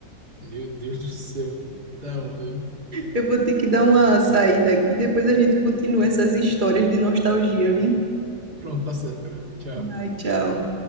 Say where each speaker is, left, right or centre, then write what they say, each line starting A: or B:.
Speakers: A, on the right; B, on the right.
A: Meu Deus do céu. Então, né?
B: Eu vou ter que dar uma saída aqui, depois a gente continua essas histórias de nostalgia, viu?
A: pronto, tá certo, galera. Tchau.
B: Ai, tchau.